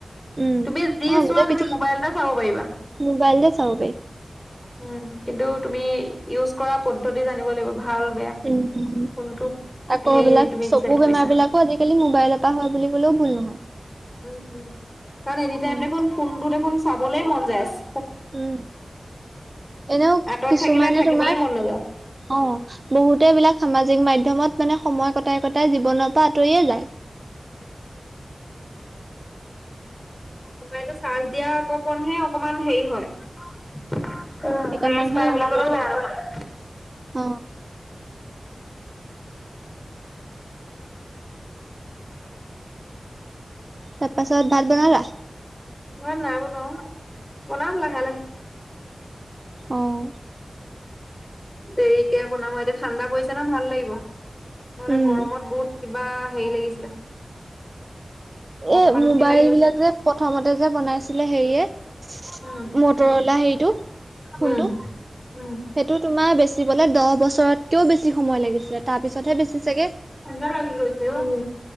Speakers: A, on the right (about 40°); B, on the left (about 15°).
A: উম,
B: তুমি যি
A: অ,
B: চোৱা
A: গোটেই পৃথিৱী
B: তুমি মোবাইলটা চাব পাৰিবা।
A: মোবাইলতে চাব পাৰি
B: উম, কিন্তু তুমি ইউজ কৰা পদ্ধতি জানিব লাগিব। ভাল বেয়া
A: উম উম,
B: কোনটো
A: আকৌ
B: হেৰি
A: এইবিলাক
B: তুমি
A: চকুৰ
B: ডিচাইড কৰিছা
A: বেমাৰ বিলাকো আজিকালি মোবাইলৰ পৰা হয় বুলি ক'লেওঁ ভুল নহয়।
B: উম উম, কাৰণ এনিটাইম
A: উম,
B: দেখোন, ফোনটো দেখোন চাবলৈ মন যায় আছে।
A: উম, এনেও
B: আঁতৰত
A: কিছুমানে
B: থাকিলে থাকিবলে
A: তোমাৰ
B: মন
A: অ',
B: নাযায়
A: বহুতেই এইবিলাক সামাজিক মাধ্যমত মানে সময় কটাই কটাই জীৱনৰ পৰা আঁতৰিয়েই যায়।
B: উম। মোবাইলটো চাৰ্জ দিয়া আকৌ পৰহে অকমান হেৰি হয়। উম,
A: সেইকণ
B: ৰেষ্ট
A: দাঙহে
B: নাই
A: মানে
B: বুলি ক'লেও
A: ৰৈ থাকে
B: বেয়া নহয়। <inaudible>
A: অ, তাৰপাছত, ভাত বনালা?
B: মই নাই বনোৱা অ', বনাম লাহে লাহে।
A: অহ।
B: দেৰিকে বনাম আৰু, এতিয়া ঠাণ্ডা পৰিছে ন' ভাল লাগিব, নহ'লে
A: উম,
B: গৰমত বহুত কিবা হেৰি লাগিছিলে।
A: এই
B: অশান্তি
A: মোবাইল
B: লাগি গৈছে
A: বিলাক যে, প্ৰথমতে যে বনাইছিলে হেৰিয়ে
B: উম
A: মটৰলা হেৰিটো, ফোনটো।
B: উম
A: সেইটো
B: উম
A: তোমাৰ বেচিবলে দহ বছৰতকেও বেছি সময় লাগিছিলে, তাৰ পিছতহে বেছিছেগে।
B: <unintelligible> হৈছে অ', উম।